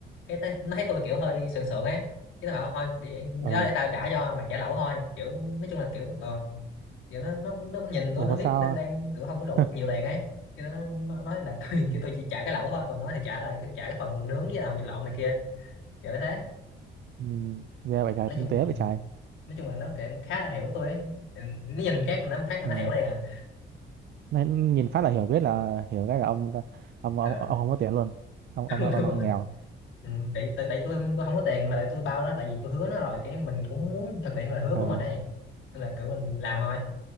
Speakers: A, on the left; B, on the right.
A: cái thấy, nó thấy tôi kiểu hơi sượng sượng ấy cái nó bảo thôi đi, đi
B: Ừ,
A: đó để tao trả cho mày trả lẩu thôi kiểu nói chung là kiểu ờ kiểu nó, nó nó nhìn
B: ủa
A: tôi nó
B: mà
A: biết
B: sao?
A: đang đang kiểu không có
B: <laughs>
A: đủ nhiều tiền ấy cho nên nó, nó nói là <laughs> tôi
B: Ừ.
A: kêu tôi chỉ trả cái lẩu thôi còn nó thì trả là cái trả cái phần nướng với là hột vịt lộn này kia kiểu thế
B: Ừ, Nghe vậy trời,
A: nói
B: tinh
A: chung
B: tế
A: ừ.
B: vậy trời.
A: nói chung là nó kiểu khá là hiểu tôi ấy Ừ, nó nhìn các nó phát là
B: Ừ.
A: nó hiểu đây à
B: Nó- nó Nhìn phát là hiểu biết là hiểu cái là ông ông
A: Ờ.
B: ông, ông không có tiền luôn. Ông ông,
A: đúng
B: ông
A: rồi
B: đang nghèo.
A: ừ, tại tại tại tôi tôi không có tiền mà tại tôi bao nó tại vì tôi hứa nó rồi cái mình cũng muốn thực hiện lời hứa
B: Ừ.
A: của mình ấy nên là kiểu mình làm thôi